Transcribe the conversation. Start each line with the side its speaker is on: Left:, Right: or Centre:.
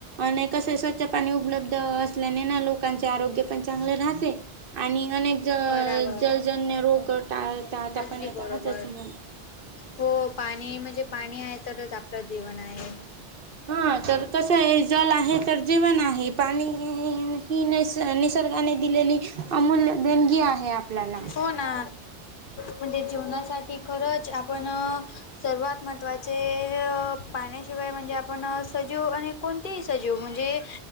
Right: आणि कसे स्वच्छ पाणी उपलब्ध अस - ल्या ले ना लोकांचे आरोग्य पण चांगले राहते आणि आणि - ज
Left: बराबर
Right: जलजन्य रोग टाळ टळता
Left: अगदी
Right: पण येत
Left: बरोबर.
Right: ना त्याच म्ह -
Left: हो पाणी म्हणजे पाणी आहे तरच आपलं जीवन आहे
Right: हा तर कस आहे जल आहे तर जीवण आहे पाणी हिन हिनस - <inaudible> निसर्गाने दिलेली अमूल्य देणगी आहे आपल्याला
Left: हो ना म्हणजे जेवणासाठी खरंच आपण सर्वात महत्त्वाचे पाण्याशिवाय म्हणजे आपण सजीव आणि कोणतेही सजीव म्हणजे